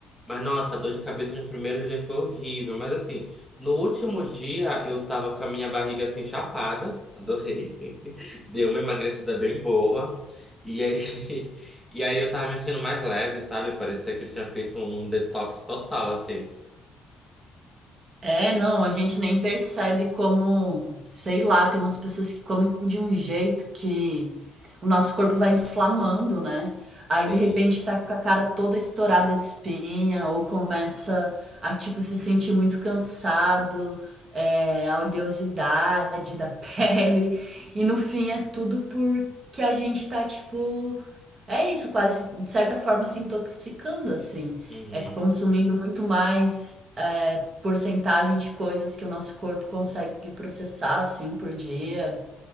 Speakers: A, in the centre; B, on the right.
A: Mas nossa, a dor de cabeça nos primeiros dias foi horrível. Mas assim, no último dia eu tava com a minha barriga assim chapada, adorei. <laughs> Deu uma emagrecida bem boa. E aí, <laughs> e aí eu tava me sentindo mais leve, sabe? Parecia que eu tinha feito um detox total, assim.
B: É, não, a gente nem percebe como, sei lá, tem umas pessoas que comem de um jeito que o nosso corpo vai inflamando, né? Aí
A: Sim.
B: de repente tá com a cara toda estourada de espinha, ou começa a tipo se sentir muito cansado, é, a oleosidade da <laughs> pele, e no fim é tudo porque a gente tá tipo. É isso, quase de certa forma se intoxicando, assim,
A: Uhum.
B: é consumindo muito mais é, porcentagem de coisas que o nosso corpo consegue processar, assim, por dia.